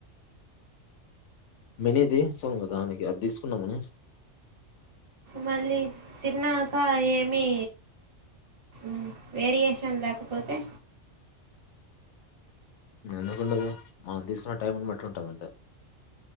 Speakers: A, on the left; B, on the right.
A: మినది సోంగ దానికి అది తీసుకుండాము అని
B: మళ్ళీ తిన్నాక ఏమి మ్మ్ వేరియేషన్ లేకపోతే
A: ఎందుకుండదు మనం తీసుకున్న టైంని బట్టి ఉంటది అంతే